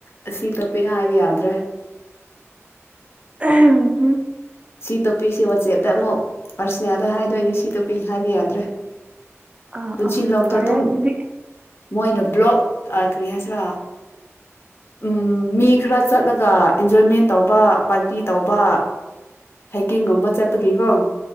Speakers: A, on the left; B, on the right.
A: ꯑꯁꯤꯁꯤ ꯇ ꯇꯄꯤ ꯍꯥꯏꯕ ꯌꯥꯗ꯭ꯔꯦ
B: ꯎꯝ
A: ꯁꯤ ꯇꯣꯞꯄꯤ ꯁꯤ ꯋꯥꯆꯦꯠ ꯑꯗ ꯑꯃꯨꯛ ꯄꯥꯔꯁꯣꯅꯦꯜꯗ ꯍꯥꯏꯗꯣꯏꯅꯦ ꯁꯤꯗ ꯄꯤ ꯍꯥꯏꯕ ꯌꯥꯗ꯭ꯔꯦ
B: ꯑ
A: ꯄꯨꯟꯁꯤ
B: ꯑ
A: ꯂꯣꯛꯇꯣ
B: ꯐꯔꯦ
A: ꯑꯗꯨꯝ
B: ꯑꯗꯨꯗꯤ
A: ꯃꯣꯏꯅ ꯕ꯭ꯂꯣꯛ ꯀꯔꯤ ꯍꯥꯏꯦ ꯈꯔ ꯎ ꯃꯤ ꯈꯔ ꯆꯠꯂꯒ ꯑꯦꯟꯖꯣꯏꯃꯦꯟ ꯇꯧꯕ ꯄꯥꯔꯇꯤ ꯇꯧꯕ ꯍꯥꯏꯀꯤꯡꯒꯨꯝꯕ ꯆꯠꯄꯒꯤꯀꯣ